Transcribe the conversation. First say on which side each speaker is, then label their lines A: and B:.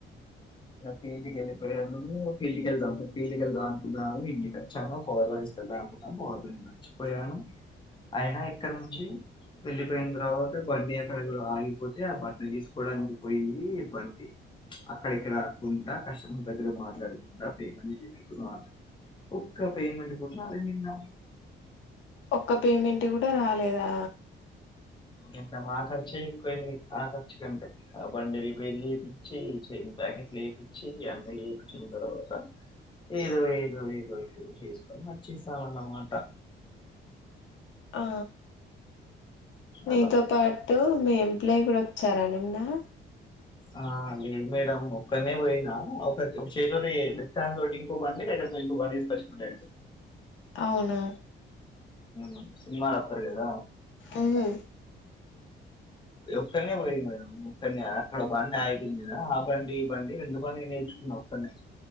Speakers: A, on the left; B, on the left.
A: ఫీల్డ్కెళ్ళిపోయాను. ఫీల్డ్కి వెళ్దాం ఫీల్డ్ వెళ్దాం అనుకున్నాను ఇంటికి వచ్చాను పవర్ బ్యాంక్ తీస్కెంత అనుకున్నాను. పవర్ బ్యాంక్ మర్చిపోయాను. అయినా ఇక్కడ నుంచి వెళ్ళిపోయిన తర్వాత బండి ఎక్కడ ఆగిపోతే ఆ బండి తీసుకోవడానికి పోయి బండి. అక్కడిక్కడ ఆక్కుంటా కస్టమర్ దగ్గర మాట్లాడుకుంటా పేమెంట్ <inaudible> ఒక్క పేమెంట్ కూడా రాలే నిన్న
B: ఒక్క పేమెంట్ గుడా రాలేదా.
A: ఎంత మా ఖర్చే ఎక్కువయింది. ఆ ఖర్చు కంటే ఆ బండి రిపేర్ చేపిచ్చి చే ప్యాకెట్లు ఏపిచ్చి అన్న ఏపిచ్చిన తర్వాత ఏదో ఏదో ఏదో ఏదో చేసుకొని వచ్చేసామన్నమాట.
B: ఆ నీతో
A: అలా
B: పాట్ ఓ మీ ఎంప్లాయి కూడా వచ్చారా నిన్నా
A: ఆ లేదు మేడం ఒక్కనే పోయినా ఒక చేతి తోటి లెఫ్ట్హ్యాండ్ తోటి ఇంకో బండి వేరొక ఇంకో బండి తీసుకోచుకున్న డైరెక్ట్.
B: అవునా
A: ఉం సినిమా సరే కదా
B: ఉహు
A: ఒక్కనే పోయిన మేడం ఒక్కనే అక్కడ బండి ఆగిపోయింది ఆ బండి ఈ బండి రెండు బండి నేనే తెచ్చుకున్న ఒక్కనే